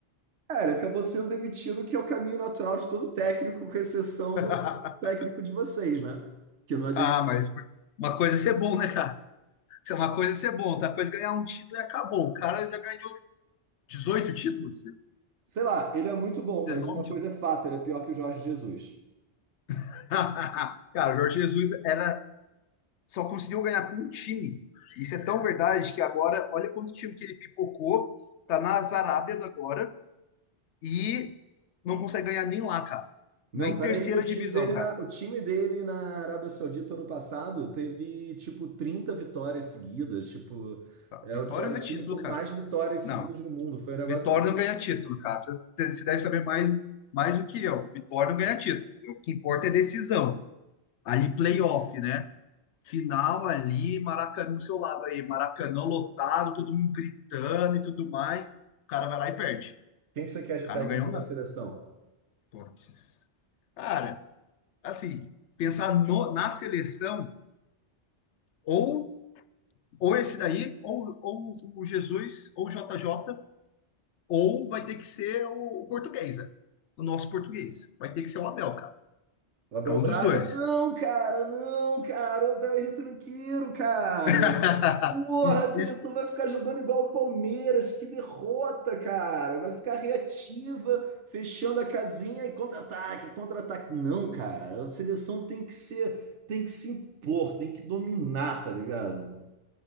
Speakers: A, on the right; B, on the left.
A: É, ele acabou sendo demitido, que é o caminho natural de todo técnico, com exceção
B: <laughs>
A: do técnico de vocês, né? Que não é demitido.
B: Ah, mas uma coisa é ser bom, né, cara? Isso é Uma coisa é ser bom, outra coisa é ganhar um título e acabou. O cara já ganhou dezoito títulos,
A: Sei lá, ele é muito bom,
B: 19
A: mas uma
B: títulos.
A: coisa é fato, ele é pior que o Jorge Jesus.
B: <laughs> Cara, o Jorge Jesus era, só conseguiu ganhar com um time. Isso é tão verdade que agora, olha quanto time que ele pipocou, tá nas Arábias agora e não consegue ganhar nem lá, cara.
A: Não,
B: Nem
A: peraí,
B: terceira
A: o time
B: divisão,
A: dele
B: cara.
A: na, o time dele na Arábia Saudita ano passado teve tipo 30 vitórias seguidas, tipo,
B: Tá,
A: é
B: Vitória
A: o- era
B: não
A: o
B: é
A: time
B: título,
A: com
B: cara.
A: mais vitórias seguidas
B: Não,
A: no mundo. Foi um negócio
B: Vitória
A: assim.
B: não ganha título, cara. Você você deve saber mais, mais do que eu. Vitória não ganha título. O que importa é decisão. Ali, playoff, né? Final ali, Maracanã no seu lado aí. Maracanã lotado, todo mundo gritando e tudo mais. O cara vai lá e perde.
A: Quem que você quer de
B: O cara
A: técnico
B: não ganhou nada.
A: da seleção?
B: Putz. Cara, assim, pensar no- na seleção, ou, ou esse daí, ou, ou o Jesus, ou o JJ Ou vai ter que ser o, o português, né? O nosso português. Vai ter que ser o Abel, cara.
A: O Abel
B: É um
A: Braga?
B: dos dois.
A: Não, cara, não, cara, o Abel é retranqueiro, cara.
B: <laughs>
A: Porra,
B: Isso,
A: a seleção
B: isso-
A: vai ficar jogando igual o Palmeiras, que derrota, cara. Vai ficar reativa, fechando a casinha e contra-ataque, contra-ataque. Não, cara, a seleção tem que ser, tem que se impor, tem que dominar, tá ligado?